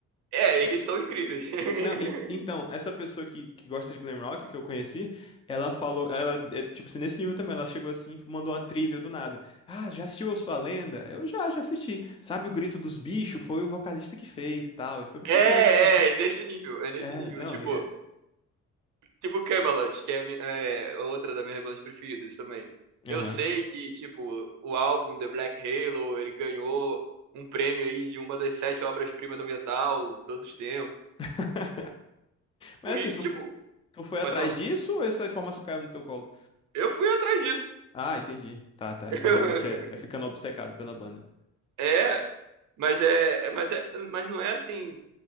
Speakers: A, on the right; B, on the left.
A: É,
B: Ca-
A: eles são incríveis. <laughs>
B: Não, en- então, essa pessoa que, que gosta de glam rock que eu conheci, ela falou, ela, é, tipo assim, nesse nível também, ela chegou assim, mandou uma trivia do nada. Ah, já assistiu Eu Sou a Lenda? Eu já, já assisti. Sabe o Grito dos Bichos? Foi o vocalista que fez e tal. E foi me contando
A: É,
B: assim, uma...
A: é, nesse nível, é
B: É,
A: nesse nível.
B: não,
A: Tipo,
B: é...
A: Tipo Camelot, que é, a mi- é é outra das minhas bandas preferidas também.
B: Aham.
A: Eu sei que, tipo, o álbum The Black Halo, ele ganhou um prêmio aí de uma das sete obras-primas do metal de todos os tempos.
B: <laughs> Mas assim,
A: E,
B: tu,
A: tipo,
B: tu foi atrás
A: pode falar,
B: disso ou essa informação caiu no teu colo?
A: eu fui atrás disso.
B: Ah, entendi. Tá, tá.
A: <laughs>
B: Então realmente é, é ficando obcecado pela banda.
A: É, mas é, é- mas é, mas não é assim,